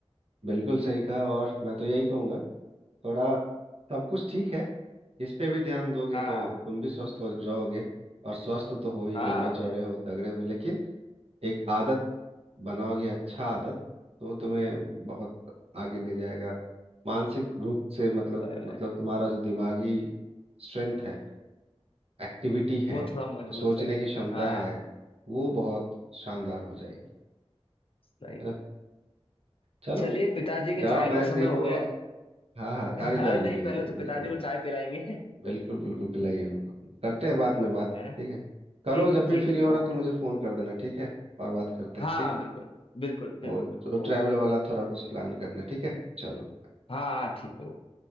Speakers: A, on the right; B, on the left.
A: बिल्कुल सही कहा और मैं तो यही कहूँगा थोड़ा सब कुछ ठीक है इस पे भी ध्यान दोगे
B: हाँ
A: तो
B: हाँ
A: तुम भी स्वस्थ हो रहोगे और स्वस्थ तो हो ही
B: हाँ
A: लंबे
B: वही
A: चौड़े
B: वही
A: हो तगड़े हो लेकिन एक आदत बनाओगे अच्छा आदत तो वो तुम्हें बहुत आगे ले जाएगा मानसिक रूप से मतलब
B: वही वही।
A: मतलब तुम्हारा जो दिमागी स्ट्रेंथ है एक्टिविटी है
B: वो थोड़ा मजबूत
A: सोचने
B: रहेगा
A: की क्षमता
B: हाँ
A: है वो बहुत शानदार हो जाएगी
B: सही
A: है ना चलो
B: चलिए पिताजी के
A: जाओ
B: चाय
A: मैच
B: का समय
A: देखो
B: हो गया
A: और
B: है
A: हाँ हाँ
B: <laughs>
A: अरे जाइए
B: अरे नहीं
A: जाइए
B: पहले
A: जाइए
B: तो पिताजी
A: बिल्कुल
B: को चाय पिलाएंगे <laughs>
A: बिल्कुल बिल्कुल बिल्कुल पिलाइए उनको करते हैं बाद में बात
B: है ना
A: ठीक है करो
B: ठीक है
A: जब भी
B: ठीक
A: फ्री
B: है
A: हो ना
B: ओके
A: तो मुझे फ़ोन कर देना ठीक है और बात करते
B: हाँ
A: हैं ठीक
B: बिल्कुल बिल्कुल बिल्कुल
A: और
B: बिल्कुल
A: ट्रैवल
B: ओके
A: वाला थोड़ा कुछ प्लान
B: हाँ
A: करना ठीक है चलो
B: हाँ, ठीक है ओके